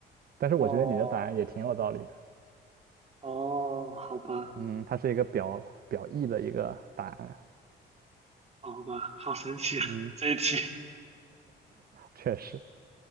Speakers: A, on the right; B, on the right.
A: 但是我觉得你的答案也挺有道理的。
B: 哦，哦，好吧，
A: 嗯，它是一个表表意的一个答案。
B: 哦好吧，好神奇啊，
A: 嗯，
B: 这一题。
A: <laughs> 确实，